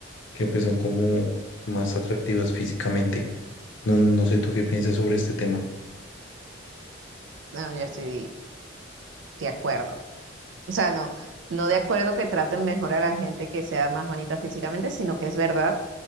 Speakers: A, on the left; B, on the right.
A: que pues son como más atractivas físicamente. No, no sé tú qué piensas sobre este tema.
B: No, yo estoy de acuerdo. O sea, no, no de acuerdo que traten mejor a la gente que sea más bonita físicamente, sino que es verdad